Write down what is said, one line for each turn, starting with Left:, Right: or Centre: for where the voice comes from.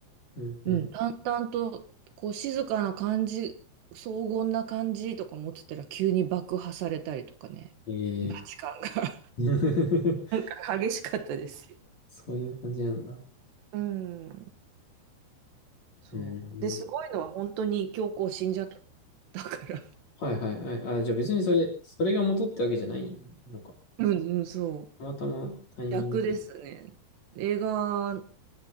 Left: うん、うん。
Right: うん、淡々と、こう、静かな感じ、荘厳な感じとか持ってたら、急に爆破されたりとかね、
Left: え
Right: バチカンが <laughs>
Left: え <laughs>
Right: なんか激しかったですよ。
Left: そういう感じなんだ。
Right: うん、そう。
Left: うん。
Right: で、すごいのは、本当に教皇死んじゃったから
Left: はいはいはい。あ、じゃあ別にそれ、それが元ってわけじゃないのか。
Right: うんうん、そう。
Left: たまたまタイミングで。
Right: 逆ですね。映画